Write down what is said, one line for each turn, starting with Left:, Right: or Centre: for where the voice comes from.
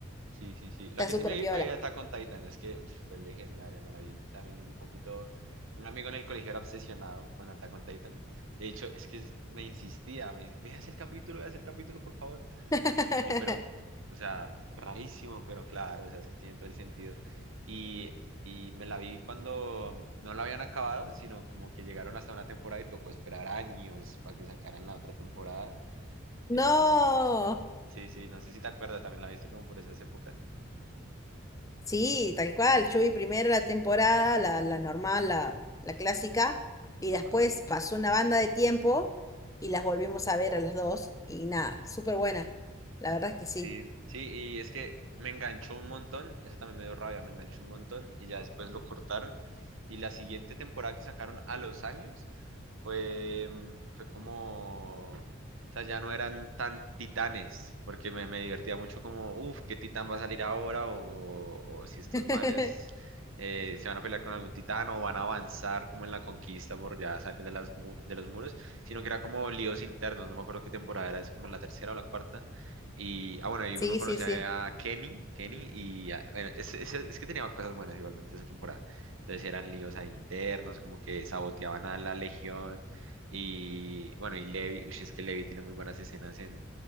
Right: Sí, sí, sí. La
Left: Está
Right: que
Left: súper
Right: sí me
Left: piola.
Right: vi fue Attack on Titan, es que uf, fue legendaria, me la vi también un poquito. Un amigo en el colegio era obsesionado con Attack on Titan. De hecho, es que es- me insistía, me, veas el capítulo, veas el capítulo, por favor.
Left: <laughs>
Right: Y yo, pero, o sea, rarísimo, pero claro, o sea, es que tiene todo el sentido. Y, y me la vi cuando no la habían acabado, sino como que llegaron hasta una temporada y tocó esperar años para que sacaran la otra temporada.
Left: No.
Right: Entonces, sí, sí, no sé si te acuerdas, también la viste como por esas épocas.
Left: Sí, tal cual. Yo vi primero la temporada, la, la normal, la, la clásica, y después
Right: Ajá.
Left: pasó una banda de tiempo y las volvimos a ver a las dos. Y nada, súper buena. La verdad es que sí.
Right: Sí, sí, y es que me enganchó un montón, eso también me dio rabia, me enganchó un montón y ya después lo cortaron. Y la siguiente temporada que sacaron a los años fue, mm, fue como, o sea, ya no eran tan titanes, porque me, me divertía mucho como, uff, ¿qué titán va a salir ahora? O, o- o si estos
Left: <laughs>
Right: manes eh, se van a pelear con algún titán o van a avanzar como en la conquista por ya salir de, las, mu- de los muros, sino que era como líos internos, no me acuerdo qué temporada era, es como la tercera o la cuarta y, ah, bueno, y
Left: Sí,
Right: uno conoce
Left: sí, sí.
Right: a Kenny, Kenny, y a- bueno, es, es- es que tenía cosas buenas igualmente esa temporada. Entonces eran líos ahí internos, como que saboteaban a la Legión. Y bueno, y Levi, uy, es que Levi tiene muy buenas escenas en,